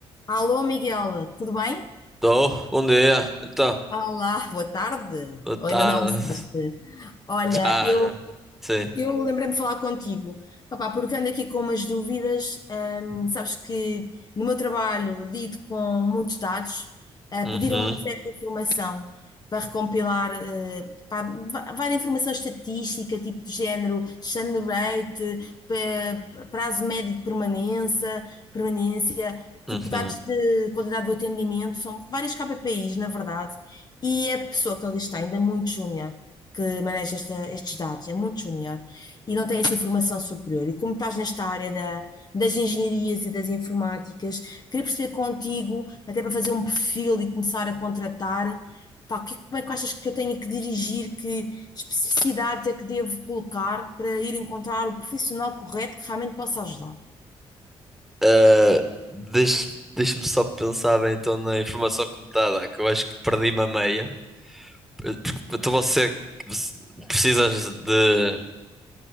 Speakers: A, on the left (about 35°); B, in the centre.
A: Alô, Miguel, tudo bem?
B: Tô, bom dia. Então,
A: Olá, boa tarde.
B: boa
A: Ou
B: tarde.
A: ainda não almoçaste?
B: <laughs>
A: Olha,
B: Já,
A: eu
B: já. Sim.
A: eu lembrei-me de falar contigo, opá, porque ando aqui com umas dúvidas. hum, sabes que no meu trabalho lido com muitos dados, eh,
B: Uhum,
A: pediram-me uma série de informação para recompilar eh, pá, va- várias informação estatística, tipo de género, churn rate, pa- prazo médio de permanência, permanência,
B: uhum.
A: tipo dados de qualidade do atendimento, são vários KPIs, na verdade, e a pessoa que ali está ainda é muito júnior que maneja esta- estes dados, é muito júnior e não têm essa informação superior. E como estás nesta área da- das engenharias e das informáticas, queria perceber contigo, até para fazer um perfil e começar a contratar, pá, o que- como é que achas que eu tenho que dirigir, que especificidades é que devo colocar para ir encontrar o profissional correto que realmente possa ajudar?
B: Ah, deixa, deixa-me só pensar bem então na informação que me está a dar, que eu acho que perdi-me a meia. Porque, então você você precisas de.